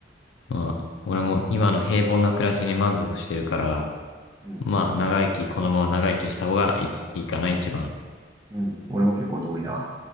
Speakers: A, on the left; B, on the right.
A: まあ、俺も今の平凡な暮らしに満足してるから、
B: うん。
A: まあ長生き、このまま長生きした方がいちいいかな、一番。
B: うん。俺も結構同意だわ。